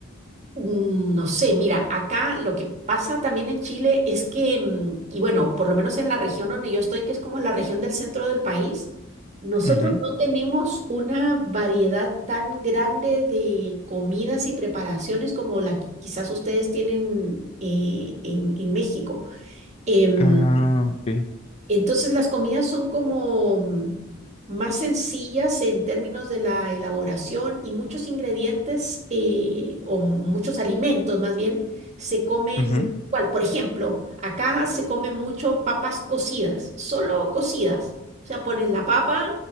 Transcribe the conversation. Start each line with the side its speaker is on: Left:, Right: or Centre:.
Right: Mm, No sé, mira, acá lo que pasa también en Chile es que, mm, y bueno, por lo menos en la región donde yo estoy, que es como la región del centro del país, nosotros
Left: Ujú.
Right: no tenemos una variedad tan grande de comidas y preparaciones como la que quizás ustedes tienen eh, en, en México. Em,
Left: Ah, ok.
Right: entonces las comidas son como mm, más sencillas en términos de la elaboración y muchos ingredientes eh, o muchos alimentos más bien se comen
Left: Ujú,
Right: igual. Por ejemplo, acá se come mucho papas cocidas, solo cocidas. O sea, pones la papa,